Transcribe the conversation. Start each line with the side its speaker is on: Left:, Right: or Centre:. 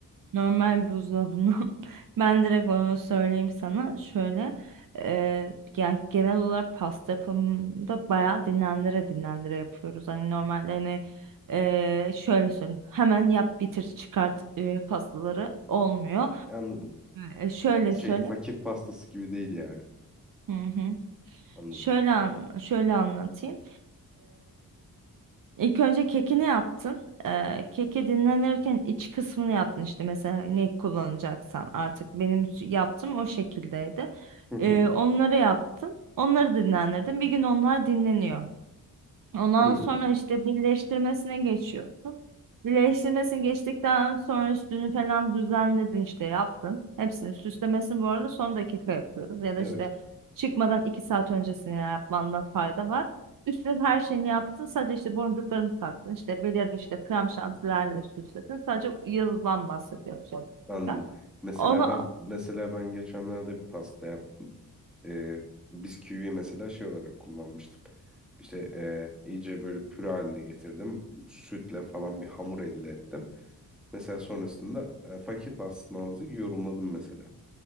Right: Normal buzdolabından. <laughs> Ben direkt onu söyleyeyim sana. Şöyle e, yani genel olarak pasta yapımında bayağı dinlendire dinlendire yapıyoruz. Hani normalde hani e, şöyle söyleyeyim. Hemen yap bitir çıkart e, pastaları olmuyor.
Centre: anladım.
Right: E, şöyle
Centre: Bu şey
Right: söyle.
Centre: fakir pastası gibi değil yani.
Right: Hı hı.
Centre: Anladım.
Right: Şöyle an şöyle anlatayım. İlk önce kekini yaptın. Ee, keki dinlenirken iç kısmını yaptın işte mesela ne kullanacaksan artık benim s- yaptığım o şekildeydi.
Centre: Hı hı.
Right: Ee, onları yaptın. Onları dinlendirdin. Bir gün onlar dinleniyor. Ondan
Centre: Hı.
Right: sonra işte birleştirmesine geçiyorsun. Birleştirmesini geçtikten sonra üstünü falan düzenledin işte yaptın. Hepsini süslemesini bu arada son dakika yapıyoruz. Ya da
Centre: Evet,
Right: işte çıkmadan iki saat öncesine yapmanda fayda var. Üstüne her şeyini yaptın. Sadece işte boncuklarını taktın. İşte belirli işte krem şantilerle süsledin. Sadece yıldızdan bahsediyorum. şu anda.
Centre: anladım. Mesela
Right: Onu
Centre: ben mesela ben geçenlerde bir pasta yaptım. e, biz kiwiyi mesela şey olarak kullanmıştım. İşte e, iyice böyle püre haline getirdim. Sütle falan bir hamur elde ettim. Mesela sonrasında e, fakir pastası azıcık yorumladım mesela.